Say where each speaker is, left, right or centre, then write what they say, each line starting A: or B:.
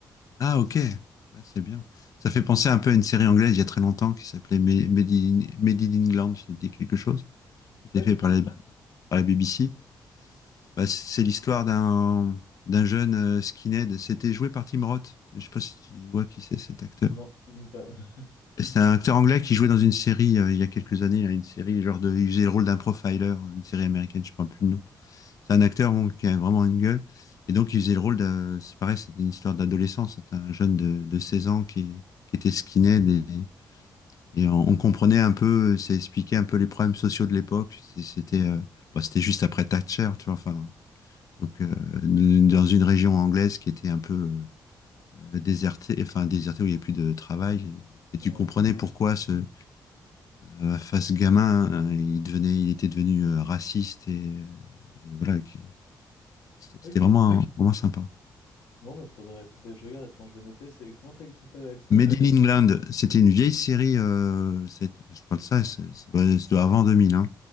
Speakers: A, on the left; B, on the left.
A: Ah ok, Ah, c'est bien. Ça fait penser un peu à une série anglaise il y a très longtemps qui s'appelait Ma- Made in, Made in England, ça te dit quelque chose? Qui était
B: Pas
A: fait
B: du
A: par
B: tout.
A: les, à la BBC. Bah, c'est l'histoire d'un d'un jeune euh, skinhead. C'était joué par Tim Roth. Je sais pas si tu vois qui c'est cet acteur.
B: Non, même pas. <laughs>
A: C'est un acteur anglais qui jouait dans une série euh, il y a quelques années, là, une série genre de, il faisait le rôle d'un profiler, une série américaine, je ne sais pas plus le nom. C'est un acteur bon, qui a vraiment une gueule. Et donc il faisait le rôle de, c'est pareil, c'était une histoire d'adolescence. C'était un jeune de, de 16 ans qui, qui était skinhead et, et on, on comprenait un peu, ça expliquait un peu les problèmes sociaux de l'époque. C'était, euh, bah, c'était juste après Thatcher, tu vois. Enfin, donc euh, dans une région anglaise qui était un peu euh, désertée, enfin désertée où il n'y avait plus de travail. Et, et tu
B: Ouais.
A: comprenais pourquoi ce euh, face gamin, euh, il devenait, il était devenu euh, raciste et, euh, et voilà, qui- c'était
B: Ok.
A: c'était vraiment vraiment sympa.
B: Bon, bah faudrait, faudrait que je regarde. Attends, je vais noter. C'est comment t'as t'as- ça s'appelait?
A: Made in England, c'était une vieille série. euh, c'est- je parle de ça, c'est- ça doit, ça doit avant 2000. Hein.